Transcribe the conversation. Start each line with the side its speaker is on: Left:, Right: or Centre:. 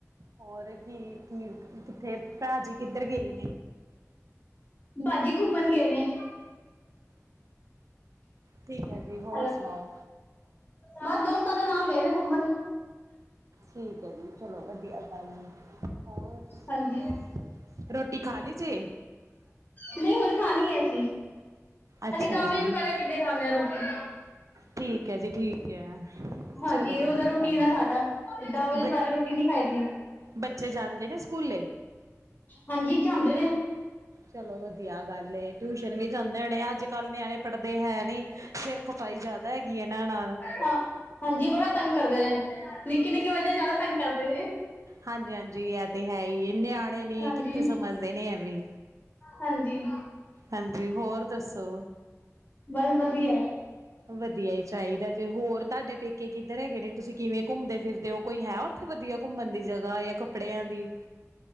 Right: ਹੋਰ ਕੀ ਕੀ ਕਿੱਥੇ ਭਾ ਜੀ ਕਿੱਧਰ ਗਏ ਨੇ
Left: ਭਾਜੀ ਘੁੰਮਣ ਗਏ ਨੇ
Right: ਠੀਕ ਹੈ ਜੀ
Left: ਹੈਲੋ
Right: ਹੋਰ ਸੁਣਾਓ
Left: ਬਸ ਦੋਸਤਾਂ ਦੇ ਨਾਲ ਗਏ ਨੇ ਘੁੰਮਣ
Right: ਠੀਕ ਹੈ ਜੀ ਚਲੋ ਵਧੀਆ ਟਾਈਮ ਏ ਹੋਰ
Left: ਹਾਂਜੀ
Right: ਰੋਟੀ ਖਾ ਲਈ ਜੇ
Left: ਨਹੀਂ ਹੂਨ ਖਾਣੀ ਹੈ ਅਸੀਂ
Right: ਅੱਛਾ
Left: ਦਸ ਵਜੇ
Right: ਜੀ
Left: ਪਹਿਲਾ ਕਿੱਦੇ ਖਾਂਦੇ ਆ ਰੋਟੀ
Right: ਠੀਕ ਹੈ ਜੀ ਠੀਕ ਹੈ
Left: ਹਾਂਜੀ
Right: ਚਲੋ ਵਧੀਆ
Left: ਉਹ ਤਾਂ ਰੁਟੀਨ
Right: ਗੱਲ
Left: ਹੈ ਸਾਡਾ ਦਾਂ ਵਜੇ
Right: ਬ
Left: ਤੋਂ ਪਹਿਲਾਂ ਰੋਟੀ ਨੀ ਖਾਇ ਦੀ
Right: ਬੱਚੇ ਜਾਂਦੇ ਨੇ ਸਕੂਲੇ
Left: ਹਾਂਜੀ ਜਾਂਦੇ ਨੇ
Right: ਚਲੋ ਵਧੀਆ ਗੱਲ ਏ ਟਿਊਸ਼ਨ ਵੀ ਜਾਂਦੇ ਹੋਣੇ ਅੱਜ ਕੱਲ੍ਹ ਨਿਆਣੇ ਪੜਦੇ ਹੈ ਨੀ ਸਿਰ ਖਪਾਈ ਜ਼ਿਆਦਾ ਹੈਗੀ ਇਹਨਾਂ ਨਾਲ
Left: ਹਾਂ ਹਾਂਜੀ ਬੜਾ ਤੰਗ ਕਰਦੇ ਨੇ ਨਿੱਕੇ ਨਿੱਕੇ ਬੱਚੇ ਜ਼ਿਆਦਾ ਤੰਗ ਕਰਦੇ ਨੇ
Right: ਹਾਂਜੀ ਹਾਂਜੀ ਇਹ ਤੇ ਹੈ ਹੀ ਹੈ ਨਿਆਣੇ ਨੇ
Left: ਹਾਂਜੀ
Right: ਕਿੱਥੇ ਸਮਝਦੇ ਨੇ ਐ ਵੀ
Left: ਹਾਂਜੀ।
Right: ਹਾਂਜੀ ਹੋਰ ਦੱਸੋ
Left: ਬਸ ਵਧੀਆ
Right: ਵਧੀਆ ਹੀ ਚਾਹੀਦਾ ਜੇ ਹੋਰ ਤੁਹਾਡੇ ਪੇਕੇ ਕਿੱਧਰ ਹੈਗੇ ਨੇ ਤੁਸੀਂ ਕਿਵੇਂ ਘੁੰਮਦੇ ਫਿਰਦੇ ਹੋ ਕੋਈ ਹੈ ਉੱਥੇ ਵਧੀਆ ਘੁੰਮਣ ਦੀ ਜਗ੍ਹਾ ਜਾਂ ਕੱਪੜਿਆਂ ਦੀ